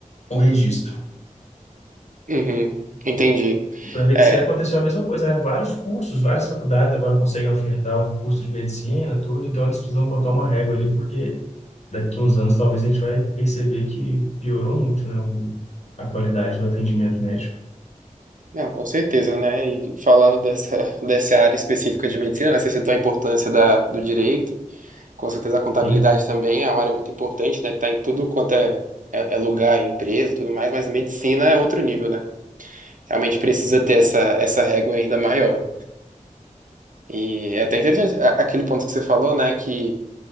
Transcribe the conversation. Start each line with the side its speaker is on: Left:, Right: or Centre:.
Left: o registro.
Right: uhum. Entendi.
Left: E para medicina
Right: É,
Left: aconteceu a mesma coisa, né? Vários cursos, várias faculdades agora conseguem ofertar um curso de medicina, tudo, então eles precisam botar uma régua ali, porque daqui uns anos talvez a gente vai perceber que piorou muito, né? o- a qualidade do atendimento médico.
Right: não, com certeza, né? E falando dessa, <laughs> dessa área específica de medicina, né? Você citou a importância da, do direito. Com certeza a contabilidade
Left: Hum,
Right: também é uma área muito importante, né? Que está em tudo quanto é, é, é lugar, é empresa, e tudo mais, mas medicina é outro nível, né? Realmente precisa ter essa, essa régua ainda maior. E é até interessante a- aquele ponto que você falou, né? Que